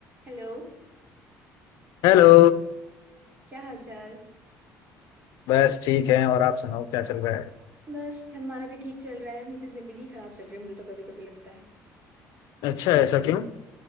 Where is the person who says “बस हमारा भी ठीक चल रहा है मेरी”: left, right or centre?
Right